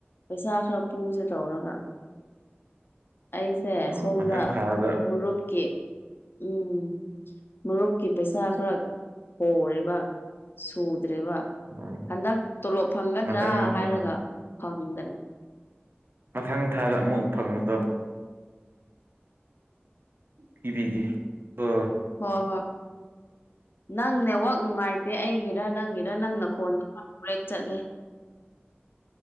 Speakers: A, on the left; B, on the right.
A: ꯄꯩꯁꯥ ꯈꯔ ꯄꯨꯁꯦ ꯇꯧꯔꯒ ꯑꯩꯁꯦ
B: ꯑꯥ
A: ꯁꯣꯝꯗ
B: ꯃꯊꯪ ꯊꯥꯗ
A: ꯃꯔꯨꯞꯀꯤ ꯎꯝ ꯃꯔꯨꯞꯀꯤ ꯄꯩꯁꯥ ꯈꯔ ꯍꯣꯔꯦꯕ ꯁꯨꯗ꯭ꯔꯦꯕ
B: ꯑꯥ
A: ꯍꯟꯗꯛ ꯇꯣꯂꯣꯞ ꯐꯪꯒꯗ꯭ꯔꯥ
B: ꯃꯊꯪ
A: ꯍꯥꯏꯔꯒ
B: ꯑꯥ
A: ꯐꯪꯗꯔꯦ
B: ꯃꯊꯪ ꯊꯥꯗ ꯑꯃꯨꯛ ꯐꯪꯕꯗ ꯄꯤꯕꯤꯒꯦ ꯑ
A: ꯍꯣꯏ ꯍꯣꯏ ꯅꯪ ꯅꯦꯋꯥꯛ ꯅꯨꯡꯉꯥꯏꯇꯦ ꯑꯩꯒꯤꯔ ꯅꯪꯒꯤꯔ ꯅꯪ ꯅꯈꯣꯟ <unintelligible> ꯆꯠꯂꯦ